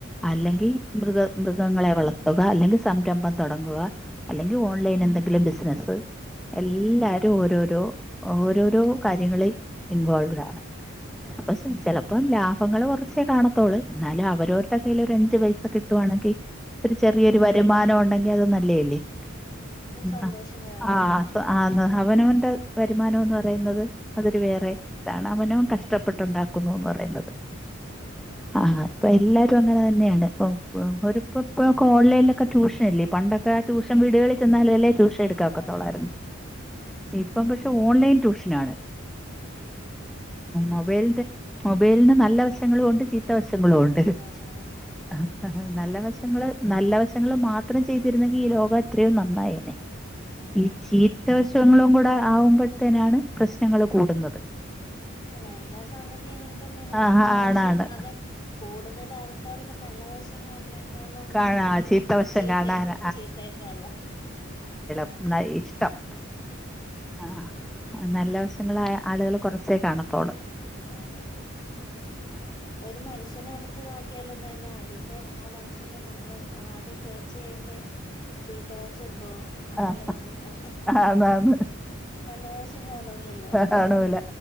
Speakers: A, in the centre; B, on the left.
A: അല്ലെങ്കിൽ
B: അതെ
A: മൃഗ മൃഗങ്ങളെ
B: എന്ത്
A: വളർത്ത് പോക, അല്ലെങ്കിൽ സംരംഭം തുടങ്ങുക അല്ലെങ്കിൽ ഓൺലൈൻ
B: ആഹ്
A: എന്തെങ്കിലും ബിസിനസ് എല്ലാരും
B: അതെ
A: ഓരോരോ ഓരോരോ കാര്യങ്ങളിൽ ഇൻവോൾവ്ഡ് ആണ് ചിലപ്പം
B: ഉം
A: സ്
B: ഉം
A: ചിലപ്പം ലാഭ ലാഭങ്ങള് കുറച്ചേ കാണത്തേയുള്ളൂ എന്നാലും അവരവരുടെ കൈയീൽ ഒരു അഞ്ചു പൈസ കിട്ടുവാണെങ്കിൽ ഒരു ചെറിയൊരു
B: അതൊരു
A: വരുമാനം ഉണ്ടെങ്കിൽ അത് നല്ലതല്ലേ
B: ആഹ് അതൊരു
A: ഉം
B: സന്തോഷം വേറെ
A: ആഹ്
B: തന്നെ
A: ആഹ് അവനവന്റെ വരുമാനം എന്ന് പറയുന്നത് അതൊരു വേറെ ഇതാണ് അവനവൻ കഷ്ടപ്പെട്ടുണ്ടാക്കുന്ന കുന്നു പറയുന്നത്ത്
B: അത്
A: ആഹ് ഇപ്പൊ എല്ലാരും അങ്ങനെ തന്നെയാണ് ഒരുപ്പോ ഇപ്പോ ഓൺലൈനിലൊക്കെ ട്യൂഷനില്ലേ പണ്ടൊക്കെ ട്യൂഷൻ വീടുകളിൽ ചെന്നാലല്ലേ ട്യൂഷൻ എടുക്കാനൊക്കത്തൊളളായിരുന്നു.
B: ആഹ് അതെ അതെ ഉം
A: ഇപ്പം പക്ഷെ ഓൺലൈൻ ട്യൂഷനാണ്
B: ഉം
A: മൊബൈലിന്റെ മൊബൈലിന് നല്ല വശങ്ങളുമുണ്ട് ചീത്ത വശങ്ങളുമുണ്ട്
B: ചീത്തവശങ്ങളുണ്ട് അതെ
A: ആഹ് നല്ല വശങ്ങള്
B: ശരിയാണ്
A: നല്ലവശം വശങ്ങൾ മാത്രം ചെയ്തിരുന്നെങ്കിൽ ഈ ലോകം എത്രയോ നന്നായേനെ
B: ആഹ്
A: ഈ
B: അതെ
A: ചീത്ത വശങ്ങളും കൂടെ ആവുമ്പോഴത്തേനാണ് പ്രശ്നങ്ങൾ കൂടുന്നത്
B: അല്ല എല്ലാ സംഗതി അങ്ങനെ തന്നെയാണ്
A: ആ
B: നല്ല വശം
A: ആണാണ്
B: അതെ കൂടുതൽ ആൾക്കാർക്ക് നല്ല വശം കാണണേ ക്കാളും
A: കാണാ
B: നല്ല
A: ചീത്തവശം
B: ചീത്ത
A: കാണാൻ
B: ചീത്തയേക്കാള്ളം
A: ന്നാ ഇഷ്ടം ആഹ് നല്ല വശങ്ങളായ ആളുകൾ കൊറച്ചേ കാണത്തോള്ളൂ
B: അതെ ആ അപ്പൊ ഒരു മനുഷ്യനെ എടുത്ത് നോക്കിയാലും തന്നെ അതിന്റെ ആ മനുഷ്യനെ നമ്മള് ആദ്യം കേച്ച് ചെയ്യേണ്ട ചീത്ത വശം എന്തോ അതല്ലേ
A: ആ
B: നമ്മൾ നോക്കേ
A: ആന്ന് ആന്ന്
B: നല്ലവശം കാണൂലല്ലോ
A: കാണൂല